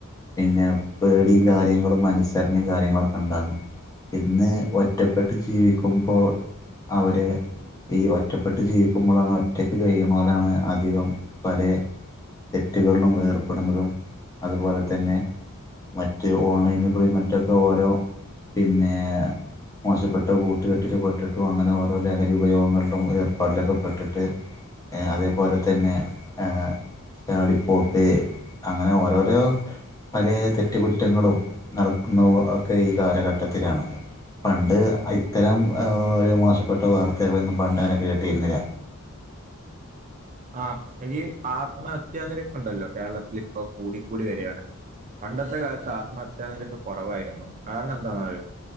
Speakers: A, on the left; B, on the right.
A: പിന്നെ പേടിയും കാര്യങ്ങളും മനുസരണയും കാര്യങ്ങളൊക്കെ ഇണ്ടാന്നു ഇന്ന് ഒറ്റപ്പെട്ട് ജീവിക്കുമ്പോൾ അവര് ഈ ഒറ്റപ്പെട്ട് ജീവിക്കുമ്പോളാണ് ഒറ്റക്ക് കഴിയണോലാണ് അധികം പല തെറ്റുകളിലും ഏർപ്പെടുന്നതും അതുപോലെ തന്നെ മറ്റ് ഓൺലൈനിൽ കൂടി മറ്റൊക്കെ ഓരോ പിന്നെ മോശപ്പെട്ട കൂട്ടുകെട്ടിൽ പെട്ടിട്ട് ട്ടും അങ്ങനെ ഓരോ ലഹരി ഉപയോഗങ്ങളിലും ഏർപ്പാടിലൊക്കെ പെട്ടിട്ട് അതേപോലെ തന്നെ ആ ചാടി പോക്ക് അങ്ങനെ ഓരോരോ പല തെറ്റുകുറ്റങ്ങളും നടക്കുന്ന ഒക്കെ ഈ കാലഘട്ടത്തിലാണ് പണ്ട് ഇത്തരം ഓരോ മോശപ്പെട്ട വാർത്തകളൊന്നും പണ്ടങ്ങനെ കേട്ടിയിരുന്നില്ല
B: ആ ഈ ആത്മഹത്യാ നിരൊക്കൊണ്ടല്ലോ കേരളത്തിൽ ഇപ്പോ കൂടിക്കൂടി വരയാണ് പണ്ടത്തെ കാലത്ത് ആത്മഹത്യാ നിരക്ക് കുറവായിരുന്നു കാരണം എന്താന്നറിയോ